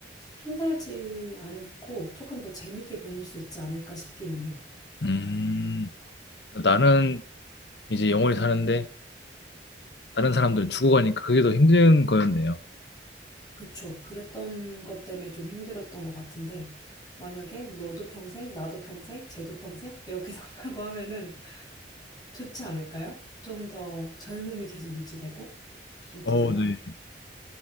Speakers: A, on the left; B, on the left.
A: 힘들지 않고 조금 더 재밌게 보낼 수 있지 않을까 싶기는 해요.
B: 음. 나는 이제 영원히 사는데 다른 사람들은 죽어가니까 그게 더 힘든 거였네요.
A: 그쵸. 그랬던 것 때문에 좀 힘들었던 것 같은데 만약에 너도 평생, 나도 평생, 쟤도 평생 이렇게 <laughs> 산다고 하면은 좋지 않을까요? 좀 더 젊음이 계속 유지되고 어떠세요?
B: 어, 네.